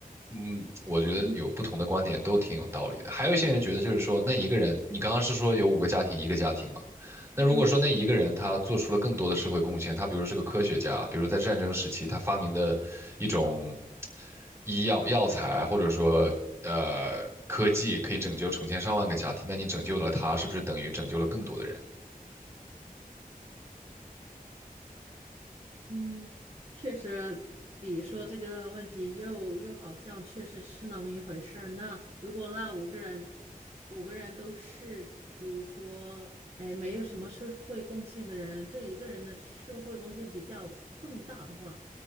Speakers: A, on the right; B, on the right.
A: 嗯，我觉得有不同的观点都挺有道理的。
B: 嗯
A: 还有一些人觉得就是说，那一个人，你刚刚是说有五个家庭，一个家庭嘛？那如果说那一个人他做出了更多的社会贡献，
B: 嗯。
A: 他比如是个科学家，比如在战争时期他发明的一种医药药材，或者说呃科技，可以拯救成千上万个家庭，那你拯救了他，是不是等于拯救了更多的人？
B: 嗯，确实，你说这个问题又又好像确实是那么一回事儿。那如果那五个人，五个人都是，比如说，哎，没有什么社会贡献的人，这一个人的社会贡献比较重大的话，